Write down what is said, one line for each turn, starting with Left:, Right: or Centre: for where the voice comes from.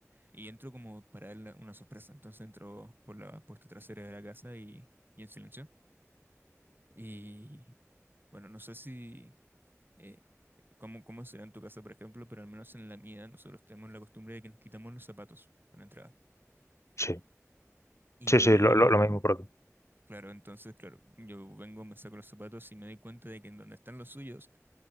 Right: y entró como para él una sorpresa. Entonces entró por la puerta trasera de la casa y, y en silencio. Y bueno, no sé si, eh, cómo, cómo será en tu casa, por ejemplo, pero al menos en la mía nosotros tenemos la costumbre de que nos quitamos los zapatos a la entrada.
Left: Sí,
Right: Y
Left: sí, sí, lo, lo- lo mismo por aquí.
Right: claro, entonces, claro, yo vengo, me saco los zapatos y me doy cuenta de que en donde están los suyos,